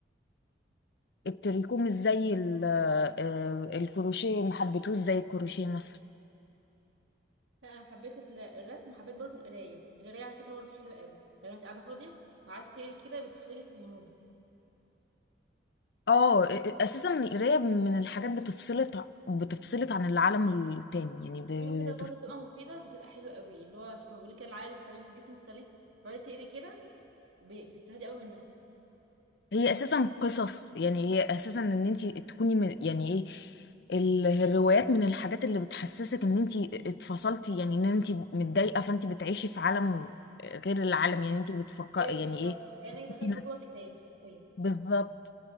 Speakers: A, on the left; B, on the right.
A: التريكو مش زي ال... آه، الكروشيه ما حبيتهوش زي الكروشيه مثلا
B: لا انا حبيت ال- الرسم حبيت برضو القرايه القرايه على فكره برضو حلوه قوي لو انت قاعده فاضيه وقعدت تقري كده بتخرجك من المود
A: اه اساسا القرايه من الحاجات بتفصلك بتفصلك عن العالم التاني يعني
B: في كده برضو
A: بتف...
B: بتبقى مفيده بتبقى حلوه قوي اللي هو كما بيقول لك كده العقل السليم في الجسم السليم تقعدي تقري كده ب- بتستفادي قوي منها
A: هي اساسا قصص يعني هي اساسا ان انت تكوني من يعني ايه ال- الروايات من الحاجات اللي بتحسسك ان انت اتفصلتي يعني ان انت متضايقه فانت بتعيشي في عالم غير العالم يعني انت بتفكري
B: ايوه بالظبط
A: يعني ايه
B: كانك دخلت
A: انت نفس-
B: جوه الكتاب حرفيا
A: بالظبط